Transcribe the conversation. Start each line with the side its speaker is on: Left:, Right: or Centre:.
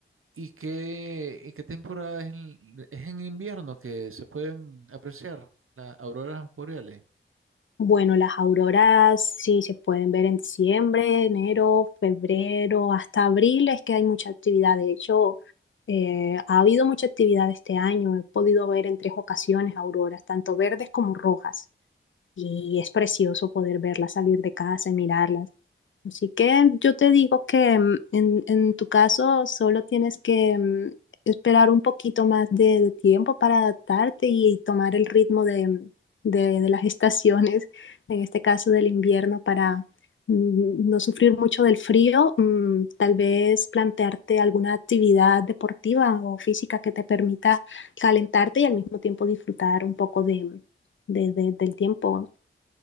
Right: y qué, y qué temporada es en, es en invierno que se pueden apreciar las auroras boreales?
Left: Bueno, las auroras sí se pueden ver en diciembre, enero, febrero, hasta abril es que hay mucha actividad. De hecho, eh, ha habido mucha actividad este año. He podido ver en tres ocasiones auroras, tanto verdes como rojas. Y es precioso poder verlas salir de casa y mirarlas. Así que yo te digo que mm, en, en tu caso solo tienes que mm, esperar un poquito más de, de tiempo para adaptarte y, tomar el ritmo de, mm, de- de las estaciones, <laughs> en este caso del invierno, para mm, no sufrir mucho del frío. Mm, tal vez plantearte alguna actividad deportiva o física que te permita calentarte y al mismo tiempo disfrutar un poco de, mm, de- de- del tiempo.